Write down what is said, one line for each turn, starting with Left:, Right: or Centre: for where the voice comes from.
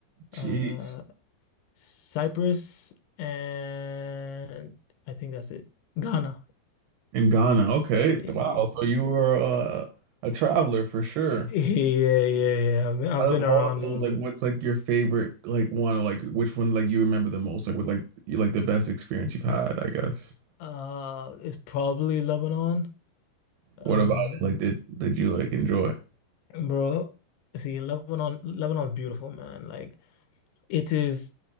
Right: Geez.
Left: Uh, Cyprus, and I think that's it. Ghana.
Right: In Ghana. Okay.
Left: Eh,
Right: Wow.
Left: eh,
Right: So you were uh, a traveler for sure.
Left: eh, <laughs> Yeah, yeah, yeah. I've been, I've
Right: Out
Left: been
Right: of
Left: around
Right: all those,
Left: a little
Right: like what's
Left: bit.
Right: like your favorite like one or like which one like you remember the most? Like with like you like the best experience you've had, I guess.
Left: Uh, it's probably Lebanon. Um,
Right: What about it? Like did did you like enjoy?
Left: bro, see, Lebanon, Lebanon's beautiful, man. Like it is.